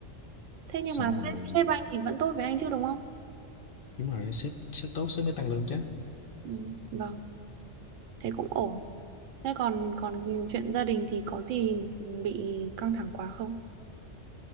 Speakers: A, on the right; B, on the left.
A: thế nhưng
B: xong
A: mà
B: rồi
A: sếp sếp anh thì vẫn tốt với anh chứ đúng không
B: đúng rồi sếp sếp tốt sếp mới tăng lương chứ
A: ừ. vâng thế cũng ổn thế còn còn chuyện gia đình thì có gì bị căng thẳng quá không